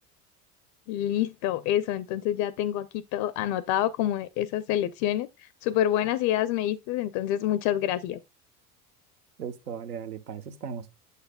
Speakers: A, on the left (about 40°); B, on the right (about 75°).
A: Listo, eso. Entonces ya tengo aquí todo anotado como de esas selecciones. Súper buenas ideas me diste, entonces muchas gracias.
B: Listo, vale, dale, para eso estamos.